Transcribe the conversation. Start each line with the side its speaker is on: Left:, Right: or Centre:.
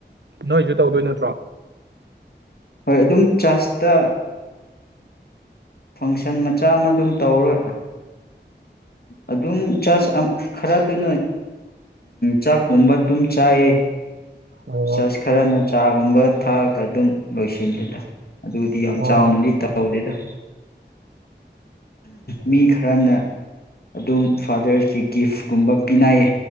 Right: ꯅꯣꯏꯁꯨ ꯇꯧꯗꯣꯏ ꯅꯠꯇ꯭ꯔꯣ
Left: ꯍꯣꯏ ꯑꯗꯨꯝ ꯆꯖꯇ ꯐꯪꯁꯟ ꯃꯆꯥ ꯑꯃ ꯑꯗꯨꯝ ꯇꯧꯔ ꯑꯗꯨꯝ ꯆ ꯈꯔꯗꯨꯅ ꯆꯥꯛꯀꯨꯝꯕ ꯑꯗꯨꯝ ꯆꯥꯏꯌꯦ
Right: ꯑꯣ
Left: ꯆꯁ ꯈꯔ ꯅ ꯆꯥꯒꯨꯝꯕ ꯊꯛꯑꯒ ꯑꯗꯨꯝ ꯂꯣꯏꯁꯤꯜꯂꯦꯗ ꯑꯗꯨꯗꯤ ꯌꯥꯝ
Right: ꯑꯣ
Left: ꯆꯥꯎꯅꯗꯤ ꯇꯧꯗꯦꯗ ꯃꯤ ꯈꯔꯅ ꯑꯗꯨꯝ ꯐꯥꯗꯔꯁꯀꯤ ꯒꯤꯐꯀꯨꯝꯕ ꯄꯤꯅꯌꯦ